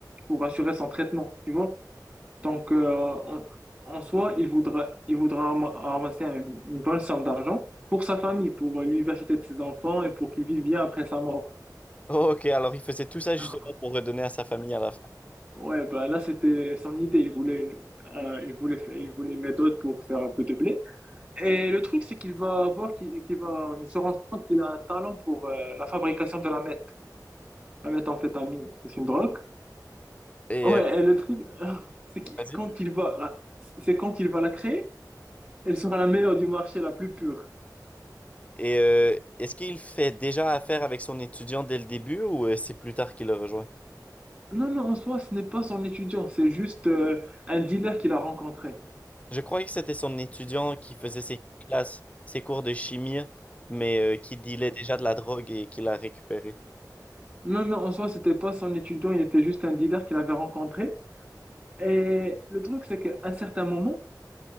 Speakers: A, on the right; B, on the left.
A: pour assurer son traitement. Tu vois? Donc, euh, en, en soi, il voudra, il voudra ram- ramasser une, une bonne somme d'argent pour sa famille, pour euh, l'université de ses enfants et pour qu'il vive bien après sa mort.
B: Oh, ok, alors il faisait tout ça justement
A: <laughs>
B: pour redonner à sa famille à la fin.
A: Ouais, bah là, c'était son idée. Il voulait une, un- il voulait faire- il voulait une méthode pour faire un peu de blé. Et le truc, c'est qu'il va voir, qu'il qu'il va se rendre compte qu'il a un talent pour euh, la fabrication de la meth. La méthamphétamine, c'est une drogue.
B: Et
A: Ouais,
B: euh,
A: et le truc, <laughs> c'est que
B: vas-y.
A: quand il va, la- c'est quand il va la créer, elle sera la meilleure du marché, la plus pure.
B: Et euh, est-ce qu'il fait déjà affaire avec son étudiant dès le début ou euh, c'est plus tard qu'il le rejoint?
A: Non, non, en soi, ce n'est pas son étudiant, c'est juste euh, un dealer qu'il a rencontré.
B: Je croyais que c'était son étudiant qui faisait ses classes, ses cours de chimie, mais euh, qui dealait déjà de la drogue et qui l'a récupéré.
A: Non, non, en soi, c'était pas son étudiant, il était juste un dealer qu'il avait rencontré. Et le truc, c'est qu'à un certain moment,